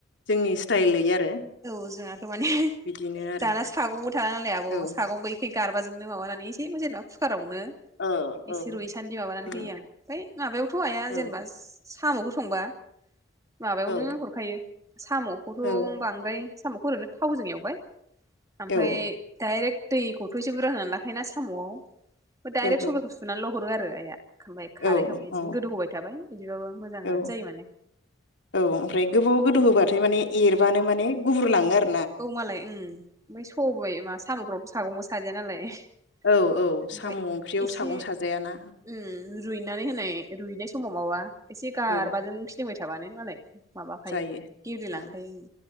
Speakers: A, on the left; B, on the right.
A: जोंनि स्टाइलै आरो
B: औ जोंहाथ' माने
A: बिदिनो आरो
B: दाना सागंबो थाला नालाय आब'
A: औ
B: सागं गै गारबाजोंनो माबानानै एसेखौ जेनबा कुकाराव नो
A: ओ औ
B: एसे रुयसानदि माबानानै
A: औ
B: होयोआं फाय माबायावथ' आया
A: औ
B: जेनबा साम'खौ संबा माबायावनो
A: औ
B: हरखायो साम'खौथ'
A: औ
B: ओमफ्राय साम'खौ ओरनो थावजों एवबाय ओमफ्राय
A: औ
B: डायरेक्ट दै खौथ' एसे बुरजा होना लाखायोना साम'आव डाइरेक्ट
A: औ
B: सबायखौ सुनाल' हरो आरो आइया ओमफ्राय खारै
A: औ
B: होबाय इदिनो गोदौ होबाय थाबाय। बिदिबाबो मोजाङानो
A: औ
B: जायो माने
A: औ ओमफ्राय गोबाव गोदौ होबा ओमफ्राय माने एरबानो माने गुब्रु लाङो आरो
B: औ मालाय उम ओमफ्राय सबाय मा साम'फ्रावथ' सागं बो साजाया नालाय। ओमफ्राय
A: औ औ साम' ओंख्रियाव
B: एसे
A: सागं साजायाना
B: उम रुइनानै होनाय रुइनाय समाव माबा एसे गारबाजों
A: औ
B: फिदिंबाय थाबानो मालाय माबाखायो
A: जायो
B: गेब्लेलांखायो
A: औ
B: उम